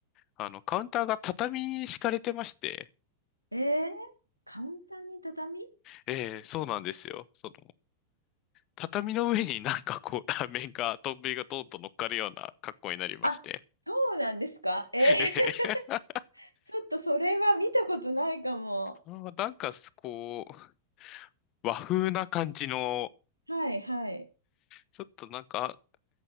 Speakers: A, on the left (about 35°); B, on the right (about 80°).
A: あの、カウンターが畳に敷かれてまして、
B: えー、カウンターに畳
A: ええ、そうなんですよ。その、畳の上になんかこう、ラーメンが、丼がトンと乗っかるような格好になりまして、
B: あそうなんですかえー
A: ええ、<laughs>
B: ちょっとそれは見たことないかも。
A: あなんかすこう、和風な感じの、
B: はいはい
A: ちょっとなんか、